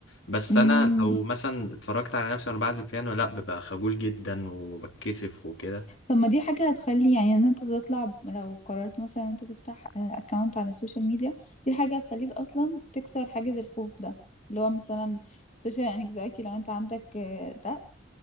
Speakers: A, on the left; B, on the left.
A: بس
B: امم
A: انا لو مثلا اتفرجت على نفسي وانا بعزف بيانو لا ببقى خجول جدا وبتكسف وكده
B: طب ما دي حاجة هتخلي يعني ان انت تطلع لو قررت مثلا ان انت تفتح اكونت على السوشيال ميديا دي حاجة هتخليك اصلا تكسر حاجز الخوف ده اللي هو مثلا السوشيال انكزايتي لو انت عندك آه، ده